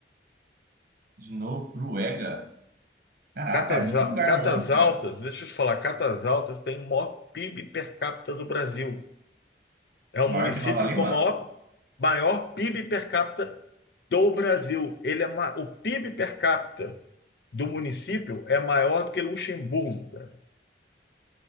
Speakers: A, on the right (about 50°); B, on the left (about 65°).
A: de Noruega. Caraca,
B: Catas,
A: é muito
B: Al-
A: lugar
B: Catas
A: novo, cara.
B: Altas, deixa eu te falar, Catas Altas tem o maior PIB per capita do Brasil. É o município
A: Maior que Nova Lima?
B: com o maior, maior PIB per capita do Brasil. Ele é ma- o PIB per capita do município é maior do que Luxemburgo, cara.